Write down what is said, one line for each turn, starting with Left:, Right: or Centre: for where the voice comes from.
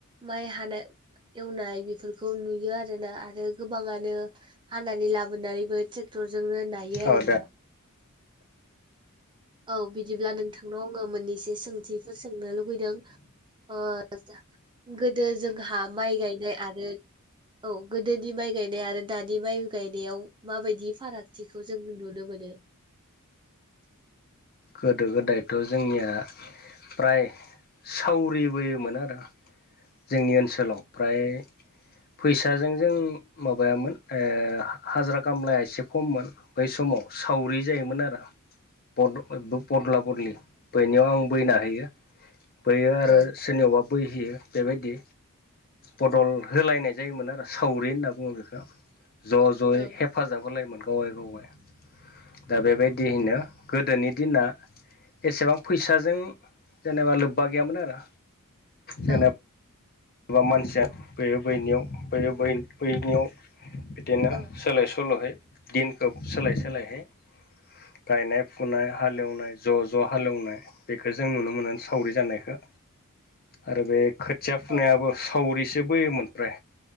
Right: माइ हानो एवनाय बिफोरखौ नुयो आरोना आरो गोबाङानो हानानै लाबोनानैबो टेक्टरजोंनो नायो आरोना
Left: औ दे
Right: औ बिदिब्ला नोंथांनाव आङो मोननैसो सोंथिफोर सोंनो लुुगैदों ओ जा गोदो जोंहा माइ गायनाय आरो औ गोदोनि माइ गायनाय आरो दानि माइ गायनायाव माबायदि फारागथिखौ जों नुनो मोनो
Left: गोदो गोदायथ' जोंनिया प्राय सावरिबोयोमोन आरो जोंनि ओनसोलाव प्राय फैसाजों जों माबायामोन ओ हाजारा कामलाया एसे खममोन। बै समाव सावरि जायोमोन आरो। बद ओ बो बदला बदलि बैनायाव आं बैना होयो। बैयो आरो
Right: औ
Left: सोरनियावबा बैहैयो। बेबायदि बदल होलायनाय जायोमोन आरो सावरि होनना बुङो बेखो। ज' ज'यै
Right: औ
Left: हेफाजाब होलायोमोन गावगाय गावगाय दा बेबायदिहैनो गोदोनि दिना एसेबां फैसाजों जेनेबा लोब्बा गैयामोन आरो जेनेब
Right: औ
Left: एबा मानसिया बैयो बैनियाव बैयो बै बैनियाव बिदिनो
Right: औ
Left: सोलाय सोल'है दिनखौ सोलाय सोलायहै गायनाय फुनाय हालेवनाय ज' ज' हालेवनाय बेखो जों नुनो मोनो सावरि जानायखो आरो बे खोथिया फुनायाबो
Right: औ
Left: सावरिसो बोयोमोन प्राय